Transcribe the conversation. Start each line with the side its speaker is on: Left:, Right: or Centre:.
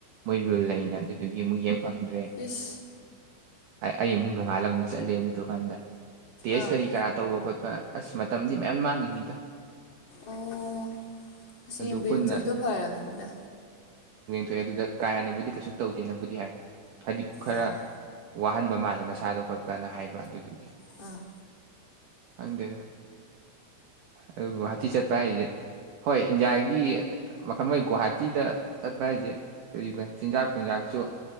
Right: ꯃꯣꯏ ꯔꯨꯜ ꯂꯩꯅ ꯑꯗꯨꯗꯨꯒꯤ ꯑꯃꯨꯛ ꯐꯪꯗ꯭ꯔꯦ
Left: ꯏꯁ
Right: ꯑꯩ ꯅꯣꯡꯉꯥꯜꯂꯝ ꯑꯃꯨꯛ ꯆꯠꯂꯦ ꯑꯗꯨ ꯗꯨꯀꯥꯟꯗ ꯇꯖ
Left: ꯑꯥ
Right: ꯀꯔꯤ ꯀꯔꯥ ꯇꯧꯕ ꯈꯣꯠꯄ ꯑꯁ ꯃꯇꯝꯗꯤ ꯃꯌꯥꯝ ꯃꯥꯡꯉꯤꯅꯤꯗ
Left: ꯑꯣ
Right: ꯑꯗꯨ
Left: ꯌꯦꯡꯕꯨ
Right: ꯄꯨꯟꯅ
Left: ꯌꯦꯡꯊꯣꯛꯏꯗꯣ ꯐꯔꯕꯅꯦ
Right: ꯊꯣꯛꯑꯦ ꯑꯗꯨꯗ ꯀꯥ ꯍꯦꯟꯅꯕꯨꯗꯤ ꯀꯩꯁꯨ ꯇꯧꯗꯦꯅꯕꯨꯗꯤ ꯍꯥꯏ ꯍꯥꯏꯗꯤ ꯈꯔ
Left: ꯑꯥ
Right: ꯋꯥꯍꯟꯕ ꯃꯥꯜꯂꯦ ꯅ ꯁꯥꯥꯗ ꯈꯣꯠꯄꯅ ꯍꯥꯏꯕ ꯑꯗꯨꯗꯨꯒꯤ
Left: ꯎꯝ
Right: ꯍꯪꯗꯦ ꯑꯗꯨ ꯒꯨꯍꯇꯤ ꯆꯠꯄ ꯍꯥꯏꯖꯦ ꯍꯣꯏ ꯏꯟꯗꯤꯌꯥꯒꯤ ꯊꯃꯣꯏ ꯒꯨꯣꯍꯥꯇꯤꯗ ꯆꯠꯄ ꯍꯥꯏꯁꯦ ꯂꯩꯔꯤꯕ ꯆꯤꯟꯖꯥꯛ ꯊꯟꯖꯥꯛꯁꯨ